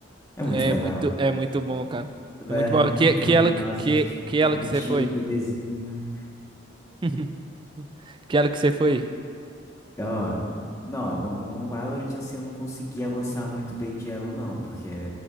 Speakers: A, on the left; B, on the right.
A: É muito
B: É
A: legal,
B: muito, é muito bom, cara.
A: né?
B: É muito bom.
A: É
B: Que,
A: muito
B: que
A: legal,
B: ela que,
A: assim, tipo,
B: que ela
A: cada
B: que
A: do
B: você
A: tiro,
B: foi?
A: o poderzinho.
B: <laughs> Que ela que você foi?
A: Ó, não, no, no Valorant, assim, eu não consegui avançar muito bem de elo, não, porque,